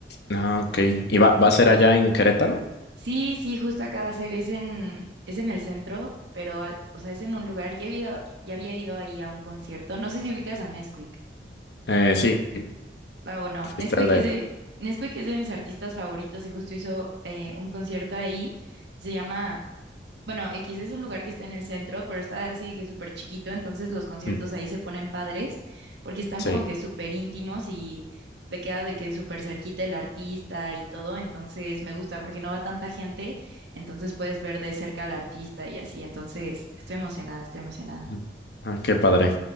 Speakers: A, on the left (about 70°); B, on the right (about 75°).
A: Ah, ok. ¿Y va, va a ser allá en Querétaro?
B: Sí, sí, justo acaba de a ser, es en, es en el centro, pero, a- o sea, es en un lugar, ya, he ido, ya había ido ahí a un concierto, no sé si ubicas a Nesquik,
A: Eh, sí,
B: ah, bueno,
A: fuiste
B: Nesquik
A: al de
B: es
A: él.
B: de, Nesquik es de mis artistas favoritos y justo hizo eh, un concierto ahí, se llama bueno, X es un lugar que está en el centro, pero está así que súper chiquito, entonces los conciertos
A: Mm,
B: ahí se ponen padres porque están
A: Sí.
B: como que súper íntimos y te queda de que súper cerquita el artista y todo, entonces me gusta porque no va tanta gente, entonces puedes ver de cerca al artista y así, entonces estoy emocionada, estoy emocionada.
A: Mm. Ah, qué padre.